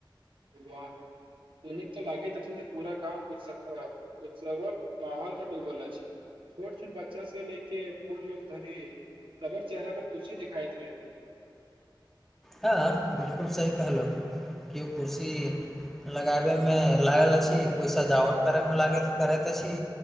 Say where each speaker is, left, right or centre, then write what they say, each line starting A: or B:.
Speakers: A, on the right (about 85°); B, in the centre.
A: बा दनिक त लागैत अछि जे पूरा गाम उ्सवक माहौल के ूबल अछि छोट छोट बच्चा से ले के बूढ लोग धनी तकर चेहरा पर खुशी दिखाइत हे
B: हँ बिलकुल सही कहलहुँ कि ओ खुसी लगाबैमे लागल अछि कोइ सजावट करैमे लागल करैत अछि